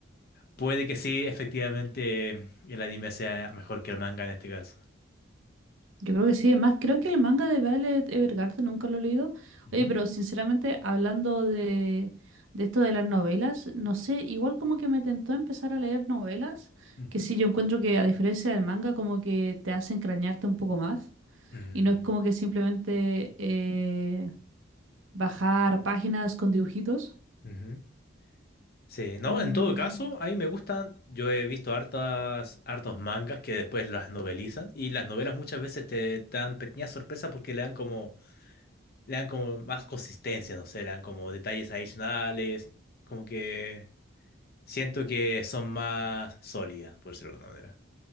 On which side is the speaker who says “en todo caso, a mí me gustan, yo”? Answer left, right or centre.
Left